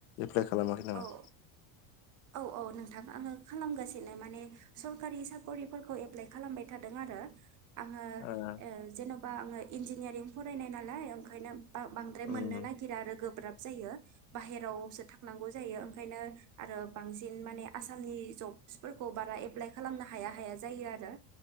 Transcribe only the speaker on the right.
औ औ औ नोंथां आङो खालामगासिनो माने सरकारि साकरिफोरखौ एप्लाइ खालामबाय थादों आरो आरो आङो
जेन'बा आङो इन्जिनियारिं फरायनाय नालाय ओंखायनो बांद्राय
मोननो नागिरा आरो गोब्राब जायो बाहेरावसो थांनांगौ जायो ओंखायनो आरो बांसिन माने आसामनि जब्सफोरखौ बारा एप्लाइ खालामनो हाया हाया जायो आरो